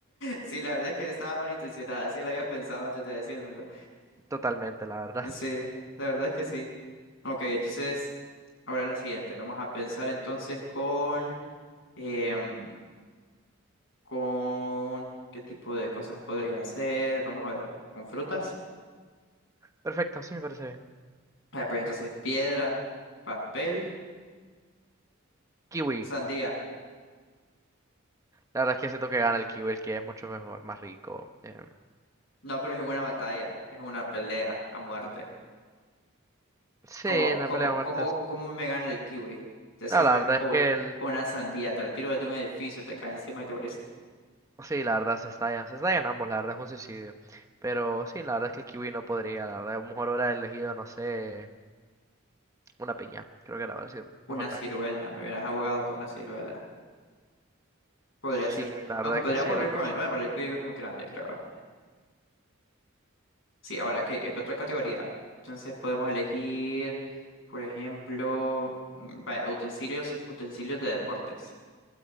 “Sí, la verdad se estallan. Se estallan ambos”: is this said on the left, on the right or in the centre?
Right